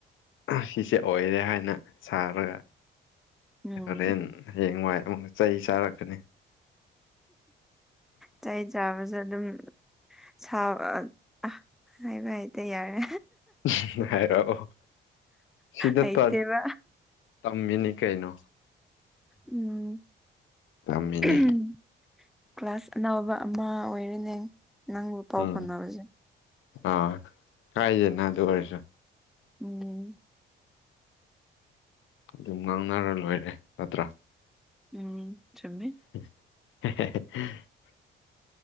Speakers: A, on the left; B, in the centre.
A: ꯑꯥꯍ ꯁꯤꯁꯦ ꯑꯣꯏꯔꯦ ꯍꯥꯏꯅ ꯁꯥꯔꯒ
B: ꯎꯝ
A: ꯍꯣꯔꯦꯟ ꯍꯌꯦꯡꯋꯥꯏ ꯑꯃꯨꯛ ꯆꯩ ꯆꯥꯔꯛꯀꯅꯤ
B: ꯆꯩ ꯆꯥꯕꯁꯨ ꯑꯗꯨꯝ ꯁꯥꯎ__ ꯑꯥꯍ ꯍꯥꯏꯕ ꯍꯩꯇꯦ ꯌꯥꯔꯦ
A: <unintelligible> ꯍꯥꯏꯔꯛꯑꯣ ꯁꯤꯗ
B: ꯍꯩꯇꯦꯕ
A: ꯇ ꯇꯝꯃꯤꯅꯤ ꯀꯩꯅꯣ
B: ꯎꯝ
A: ꯇꯝꯃꯤꯅꯤ
B: <unintelligible> ꯀ꯭ꯂꯥꯁ ꯑꯅꯧꯕ ꯑꯃ ꯑꯣꯏꯔꯦꯅꯦ ꯅꯪꯕꯨ ꯄꯥꯎ
A: ꯎꯝ
B: ꯐꯥꯎꯅꯕꯁꯦ
A: ꯑꯥ ꯀꯥꯏꯗꯦꯅ ꯑꯗꯨ ꯑꯣꯏꯔꯁꯨ
B: ꯎꯝ
A: ꯑꯗꯨꯝ ꯉꯥꯡꯅꯔ ꯂꯣꯏꯔꯦ ꯅꯠꯇ꯭ꯔꯥ
B: ꯎꯝ ꯆꯨꯝꯃꯤ
A: <unintelligible>